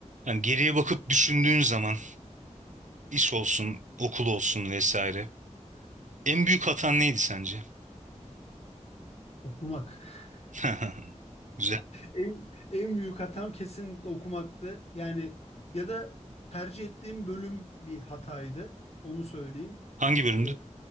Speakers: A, on the right; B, on the left.
A: Yani geriye bakıp düşündüğün zaman iş olsun, okul olsun vesaire. En büyük hatan neydi sence?
B: Okumak. <laughs>
A: <laughs> Güzel.
B: En, en büyük hatam kesinlikle okumaktı. Yani ya da tercih ettiğim bölüm bir hataydı. Onu söyleyeyim.
A: Hangi bölümdü?
B: Ee,